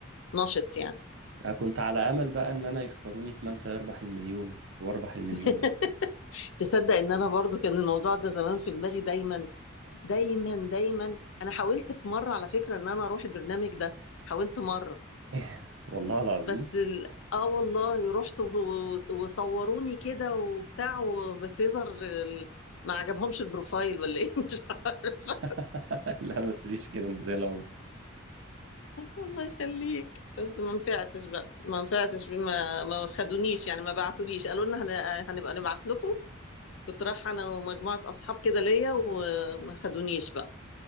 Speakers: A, on the left; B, on the right.
A: آه، نشط يعني
B: أنا كنت على أمل بقى إن أنا يختاروني في من سيربح المليون وأربح المليون
A: <laughs> تصدق ان انا برضو كان الموضوع ده زمان في دماغي دايما دايما دايما انا حاولت في مرة على فكرة ان انا اروح البرنامج ده حاولت مرة
B: <laughs> والله العظيم
A: بس ال... اه والله رحت و- وصوروني كده وبتاع و- بس يظهر ال... ما عجبهمش البروفايل ولا ايه <laughs> مش عارف
B: <laughs> لا ما تقوليش كده إنت زي العمر
A: الله يخليك بس ما نفعتش بقى ما نفعتش بما ما خدونيش يعني ما بعتوليش قالوا لنا هن... هنبقى نبعت لكم كنت رايحه انا ومجموعه اصحاب كده ليا وما خدونيش بقى